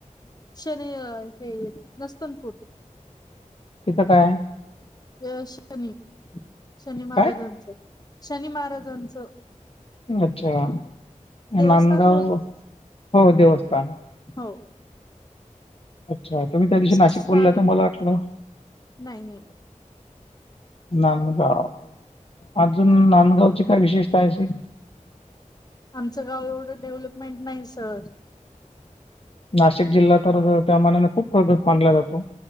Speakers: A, on the left; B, on the left.
A: शन हे नस्तनपूर.
B: तिथं काय आहे?
A: अ शनी शनी महाराजांचं
B: काय
A: शनी महाराजांचं.
B: अच्छा
A: देवस्थान
B: नांदगाव हो देवस्थान.
A: होय.
B: अच्छा तुम्ही त्या दिवशी नाशिक
A: साडे
B: बोलला तर मला वाटलं.
A: नाही नाही
B: नांदगाव अजून नांदगावची काय विशेषता अशी?
A: आमचं गाव एवढं डेव्हलपमेंट नाही सर.
B: नाशिक जिल्हा तर त्या मनाने खूप प्रगत मानला जातो.